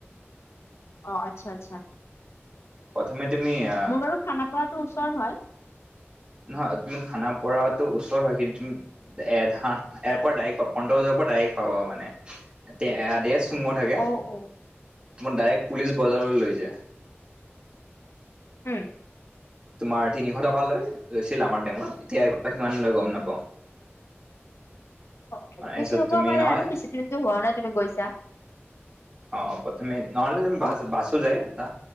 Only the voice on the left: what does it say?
অ আচ্ছা আচ্ছা।
মোৰ বাৰু খানাপাৰাটো ওচৰ হয়।
অ অ
উম।
অকণমান
বেছি হবও
পাৰে
আৰু বেছি তুমিতো হোৱা নাই তুমি গৈছা।
ন?